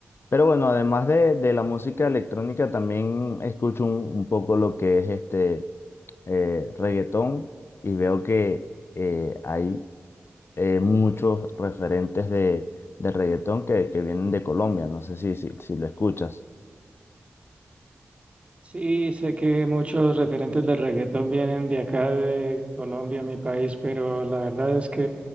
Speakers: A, on the left; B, on the right.
A: Pero bueno, además de, de la música electrónica, también escucho un, un poco lo que es este eh, reggaetón y veo que eh, hay eh, muchos referentes de, de reggaetón que, que vienen de Colombia. No sé si, si, si lo escuchas.
B: Sí, sé que muchos referentes del reggaetón vienen de acá, de Colombia, mi país, pero la verdad es que